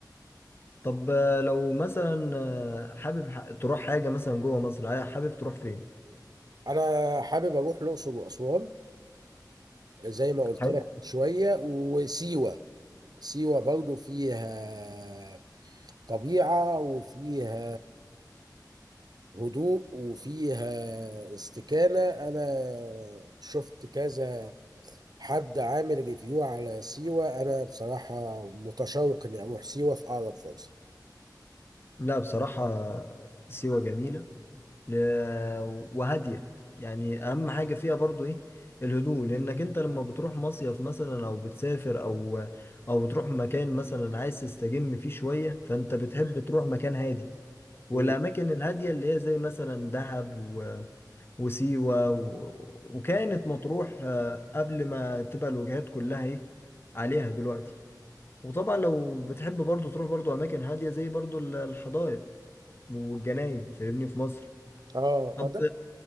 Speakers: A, on the left; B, on the right.
A: طب لو مثلا آه، حابب ح- تروح حاجة مثلا جوه مصر حابب تروح فين؟
B: انا حابب اروح الاقصر واسوان زي ما قلت
A: حابب؟
B: لك من شوية وسيوة سيوة برضو فيها طبيعة وفيها هدوء وفيها استكانة أنا شفت كذا حد عامل ريفيو على سيوة أنا بصراحة متشوق إني أروح سيوة في أقرب فرصة
A: لا بصراحة سيوة جميلة ل- وهادية يعني أهم حاجة فيها برضو إيه الهدوء لأنك أنت لما بتروح مصيف مثلا أو بتسافر أو أو بتروح مكان مثلا عايز تستجم فيه شوية فأنت بتحب تروح مكان هادي والأماكن
B: مم.
A: الهادية اللي هي زي مثلا دهب و... وسيوة و... وكانت مطروح آه، قبل ما تبقى الوجهات كلها إيه عليها دلوقتي وطبعا لو بتحب برضو تروح برضو أماكن هادية زي برضو ال- الحدائق والجناين فاهمني في مصر
B: اه
A: طب
B: آه، ده